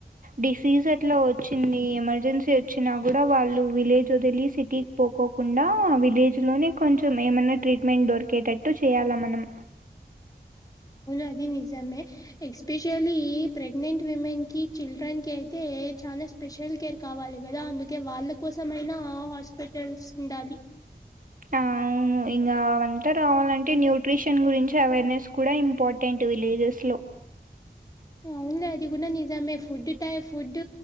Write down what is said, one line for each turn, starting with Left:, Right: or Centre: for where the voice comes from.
Right: డిసీజ్ ఎట్లా వచ్చింది ఎమర్జెన్సీ వచ్చినా కూడా వాళ్ళు విలేజ్ వదిలి సిటీకి పోకోకుండా విలేజ్ లోనే కొంచెం ఏమన్నా ట్రీట్మెంట్ దొరికి కెటట్టు చేయాలా మనం
Left: అది నిజమే ఎస్పెషల్లీ ప్రెగ్నెంట్ ఉమెన్ కి చిల్డ్రన్ కి అయితే చ్ చాలా స్పెషల్ కేర్ కావాలి కదా అందుకే వాళ్ళ కోసంమయినా హాస్పిటల్స్ ఉండాలి
Right: ఆ అవును ఇంకా అ అంతా రావాలంటే న్యూట్రిషన్ గురించి అవేర్నెస్ కూడా ఇంపార్టెంట్ విలేజెస్ లో
Left: వుంది అది కూడా నిజమే ఫుడ్ టై ఫుడ్